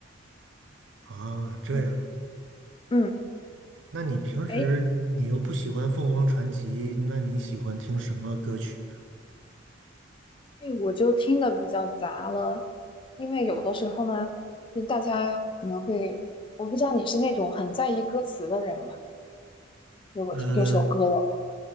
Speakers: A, on the right (about 70°); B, on the left (about 25°).
A: 啊，这样，
B: 嗯，嗯，
A: 那你平时你又不喜欢凤凰传奇，
B: 哎，
A: 那你喜欢听什么歌曲呢？
B: 所我就听的比较杂了，因为有的时候呢，就大家可能会，我不知道你是那种很在意歌词的人吗？如果听这首歌的话，
A: 呃